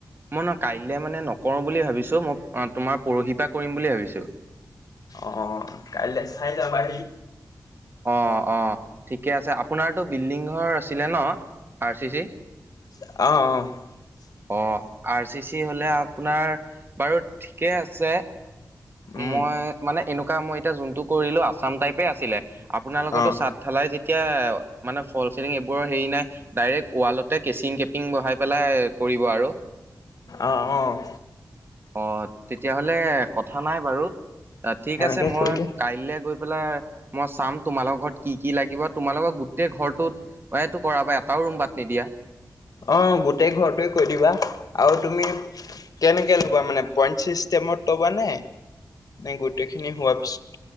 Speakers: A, on the right (about 35°); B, on the left (about 65°).
A: মই ন কাইলে মানে নকৰো বুলি ভাবিছো মই তোমাৰ পৰহি পৰা কৰিম বুলি ভাবিছোঁ।
B: আহ কাইলৈ চাই যাবা আহি।
A: অ', অ', ঠিকে আছে আপোনাৰতো বিল্ডিং ঘৰ আছিলে ন আৰ চি, চি
B: অ', অ'',।
A: অ', আৰ চি, চি হলে আপোনাৰ বাৰু ঠিকেই আছে।
B: উম,
A: মই মানে এনেকুৱা মই এতিয়া যোনটো কৰিলো আছাম টাইপে আছিলে। আপোনাৰ লগতো
B: অ',
A: চাদঢালাই যেতিয়া মানে ফল চিলিং এইবোৰৰ হেৰি নাই ডাইৰেক্ট ৱালতে কেচিং কেপিং বহাই পেলাই কৰিব আৰু।
B: আহ, অ',।
A: অ, ' তেতিয়াহলে কথা নাই বাৰু। ঠিক
B: সেনেকে
A: আছে মই
B: কৰিলে
A: কাইলৈ গৈ পেলাই মই চাম। তোমালোকৰ ঘৰত কি কি লাগিব তোমালোকৰ গোটেই ঘৰটোত এইটো কৰাব এটাও ৰুম বাত নিদিয়া।
B: অ', গোটেই ঘৰটোৱে কৈ দিবা আৰু তুমি কেনেকে লবা মানে পইণ্ট চি তবা নাই নে গোটেই খিনি হোৱা পিছত